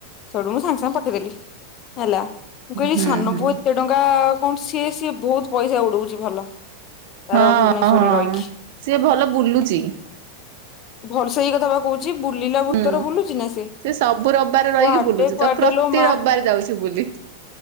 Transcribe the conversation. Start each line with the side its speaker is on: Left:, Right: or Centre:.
Left: ସେଠୁ ମୁଁ ସାଙ୍ଗେ ସାଙ୍ଗେ ପଠେଇଦେଲି ହେଲା ମୁଁ କହିଲି
Right: ହୁଁ ହୁଁ
Left: ସାନ
Right: ହୁଁ।
Left: ପୁଅ ଏତେ ଟ ଙ୍କା କଣ ସିଏ ସିଏ ବହୁତ ପଇସା ଉଡଉଛି ଭଲ। ତାର
Right: ହଁ
Left: ଭୁବନେଶ୍ୱରରେ
Right: ହଁ
Left: ରହିକି
Right: ସିଏ ଭଲ ବୁଲୁଚି।
Left: ଭ ସଇ କଥା ବା କହୁଛି ବୁଲିଲା
Right: ହୁଁ
Left: ବୃତ୍ତର ବୁଲୁଛି ନା ସେ।
Right: ସେ ସବୁ ରବିବାର ରହିକି
Left: କୁଆଡେ
Right: ବୁଲୁଛି
Left: କୁଆଡେ
Right: ତ ପ୍ରତି
Left: ଲୋ ମା
Right: ରବିବାର ଯାଉଛି ବୁଲି।